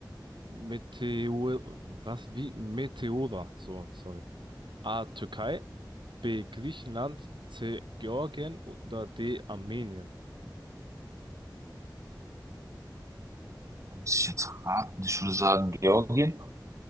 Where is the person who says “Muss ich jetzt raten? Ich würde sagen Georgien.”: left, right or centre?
Right